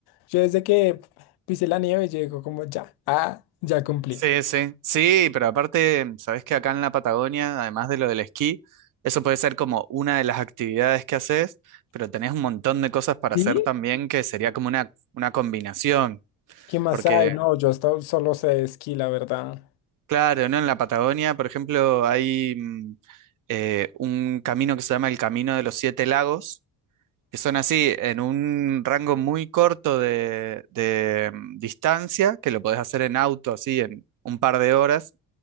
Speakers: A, on the left (about 85°); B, on the right (about 55°).
A: yo desde que pisé la nieve, yo digo como ya, ah, ya cumplí.
B: Sí, sí, sí, pero aparte, sabes que acá en la Patagonia, además de lo del esquí, eso puede ser como una de las actividades que haces, pero tenés un montón de cosas para
A: ¿Sí?
B: hacer también que sería como una, una combinación,
A: ¿Qué más
B: porque
A: hay? No, yo hasta hoy solo sé de esquí, la verdad.
B: claro, ¿no? En la Patagonia, por ejemplo, hay mm, eh, un camino que se llama el Camino de los Siete Lagos, que son así, en un rango muy corto de, de mm, distancia, que lo podés hacer en auto, así, en un par de horas